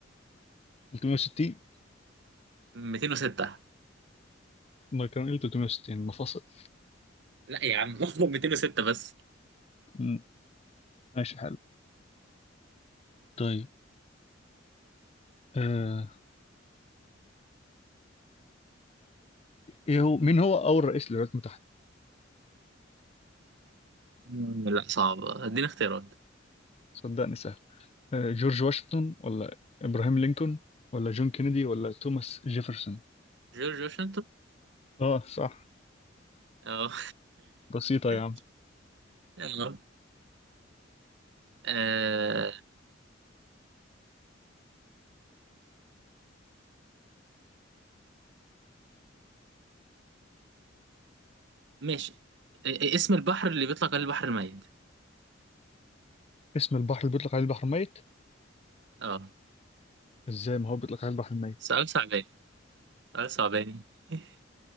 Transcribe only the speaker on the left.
360
ما كان إيه 360 مفاصل
مم. ماشي حلو طيب آه. ايه هو مين هو اول رئيس للولايات المتحده
صدقني سهل آه، جورج واشنطن ولا ابراهام لينكولن ولا جون كينيدي ولا توماس جيفرسون
اه صح
بسيطه
يا عم
اسم البحر اللي بيطلق عليه البحر الميت
ازاي ما هو بيطلق عليه البحر الميت